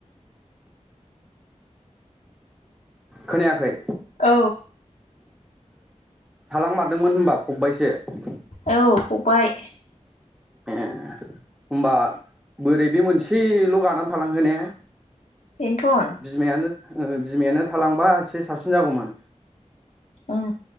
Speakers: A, in the centre; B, on the left (about 70°).
A: खोनायाखै?
B: औ।
A: थालां मारदोंमोन होनबा? फबबबायसो
B: औ फबबाय
A: ए होनोमबा बोरै बे मोनसेल' गानानै थालांखो ने?
B: पेन्थन
A: बिमायानो ओ बिमायानो थालांबा एसे साबसिन जागौमोन।
B: उम